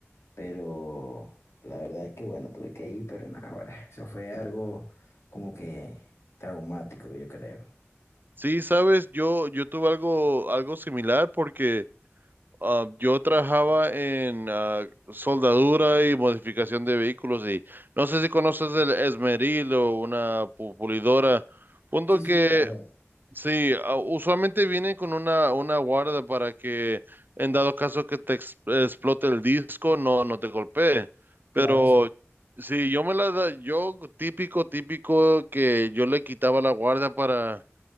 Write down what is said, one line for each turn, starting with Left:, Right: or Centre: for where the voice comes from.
Left: pero la verdad es que bueno, tuve que ir, pero nada, ahora, eso fue algo como que traumático, yo creo.
Right: Sí, sabes, yo, yo tuve algo, algo similar porque ah, yo trabajaba en ah, soldadura y modificación de vehículos y no sé si conoces el esmeril o una pu- pulidora. Punto
Left: Sí, sí,
Right: que
Left: claro,
Right: sí, ah, usualmente vienen con una, una guarda para que en dado caso que te ex- explote el disco no, no te golpee.
Left: claro,
Right: Pero
Left: eso.
Right: sí, yo me la da, yo típico, típico que yo le quitaba la guarda para